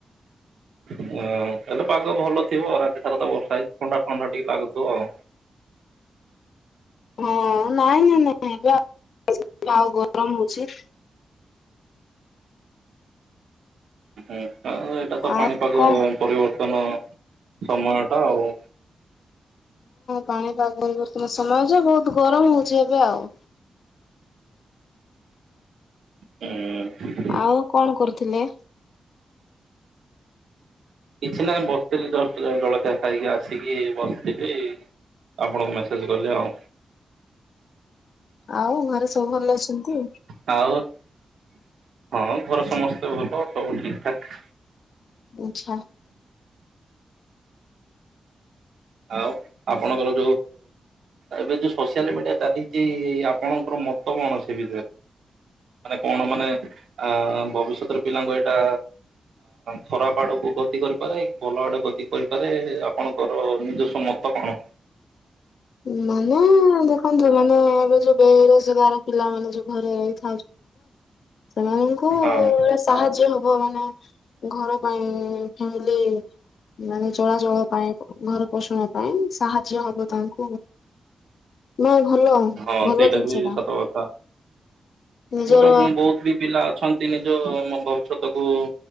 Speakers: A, on the right; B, on the left.
A: ତାହାଲେ ପାଗ ଭଲ ଥିବ, ରାତି ସାରା ତ ବର୍ଷା ହେଇଚି ଥଣ୍ଡା ଥଣ୍ଡା ଟିକେ ଲାଗୁଥୁବ ଆଉ।
B: <inaudible>
A: ଏଟା ତ
B: ଆଉ
A: ପାଣିପାଗ
B: କଣ
A: ପରିବର୍ତ୍ତନ ସମୟ ଟା ଆଉ।
B: ପାଣିପାଗ ବର୍ତ୍ତନ ସମୟ ଯେ ବହୁତ୍ ଗରମ ହଉଚି ଏବେ ଆଉ।
A: ହୁଁ
B: ଆଉ କ'ଣ କରୁଥିଲେ?
A: କିଛି ନାହିଁ ବସ୍‌ଥିଲି ଜଷ୍ଟ ଜଳଖିଆ ଖାଇକି ଆସିକି ବସ୍‌ଥିଲି। ଆପଣଙ୍କୁ ମେସେଜ୍ କଲି ଆଉ।
B: ଆଉ ଘରେ ସବୁ ଭଲ ଅ--ନ୍ତି।
A: ହଁ ଘରେ ସମସ୍ତେ ଭଲ ସବୁ ଠିକ୍ ଠାକ୍।
B: <inaudible>
A: ଆଉ ଆପଣଙ୍କର ଏବେ ଯଉ ସୋସିଆଲ୍ ମିଡ଼ିଆ ଚାଲିଚି, ଆପଣଙ୍କର ମତ କ'ଣ ସେ ମାନେ କ'ଣ ମାନେ----ଭବିଷ୍ୟତରେ ପିଲାଙ୍କୁ ଏ--ଟା ଖରାପ୍ ଆଡ଼କୁ ଗତି କରିପାରେ, ଭଲ ଆ ଗତି କରିପାରେ। ଆପଣ--ର <inaudible>
B: ମାନେ ଦେଖନ୍ତୁ ମାନେ ଏବେ ଯଉ ବେରୋଜଗାର ପିଲାମାନେ ଯଉ ଘରେ ରହି ସେମାନଙ୍କୁ ହୁଁ
A: ହଁ
B: ସାହାଯ୍ୟ ହବ ମାନେ ଘର ପାଇଁ କି ହେଲେ ମାନେ ଚଳାଚଳ ପାଇଁ ଘର ପୋଷଣ ପାଇଁ ସାହାଯ୍ୟ ହବ ତାଙ୍କୁ ନା ଭଲ
A: ହଁ
B: ଭଲ
A: ସେଇଟା
B: ଜିନିଷ
A: ବି
B: ଟା
A: ସତ କଥା।
B: ନିଜର
A: ଗୋଟେ ବହୁତ ବି ପିଲା ଅଛନ୍ତି ନିଜ <unintelligible>